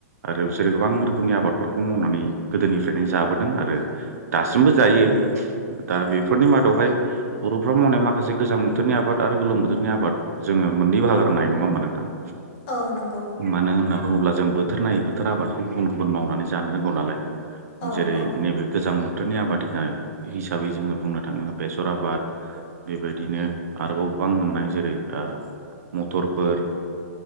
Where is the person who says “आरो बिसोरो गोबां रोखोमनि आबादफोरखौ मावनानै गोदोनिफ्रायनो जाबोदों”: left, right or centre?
Right